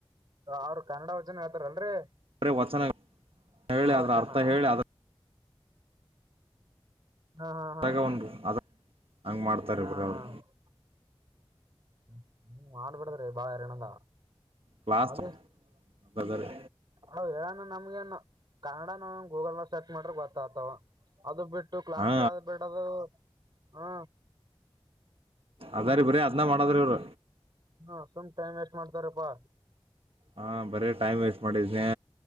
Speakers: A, on the right; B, on the right.
A: ಅವ್ರು ಕನ್ನಡ ವ್ನ ಹೇತಾರಲ್ರರಿ
B: ಬರರೆ ವಚನ ಹೇಳಿ ಅದ್ರ
A: ವಚನ
B: ಅರ್ಥ ಹೇಳಿ ಅದ್ರ
A: ಹಾ
B: ಅದ್ರಾಗ
A: ಹಾ ಹಾ ಹಾ
B: ಒಂದು ಅದ ಹಂಗ್ ಮಾಡ್ತಾರೀ
A: ಹ್ಮ ಹ
B: ಬರೀ ಅವ್ರು
A: ಹ್ಮ ಮಾಡಬಿಡ್ದ್ರಿ ಬಾಾರಣಂಗ
B: ಕ್ಲಾಸ್
A: ಹಾಗದೆ
B: ಅದರಿ
A: ಹ ಹೇಳಾನಂದ ನಮ್ಗೆ ಏ ಕನ್ನಡ ನಾವ ಗೂಗಲ್ ನ ಸರ್ಚ್ ಮಾಡ್ರ ಗೊತ್ತ ಆತಾವ ಅದು ಬಿಟ್ಟು ಕ್ಲಾಸ್
B: ಹಾ
A: ಹೇಳದು್ ಬಿಡದು ಹ್ಮ
B: ಅದಾರಿೀ ಬ್ರೀ ಅದ್ನ ಮಾಡದ್ರ ಅವ್ರ
A: ಹ್ಮ ಸುಮ್ ಟೈಮ್ ವೇಸ್ಟ್ ಮಾಡ್ತಾರಪ್ಪಾ
B: ಹಾ ಬರೀ ಟೈಮ್ ವೇಸ್ಟ್ ಮಾಡಿದನನೆ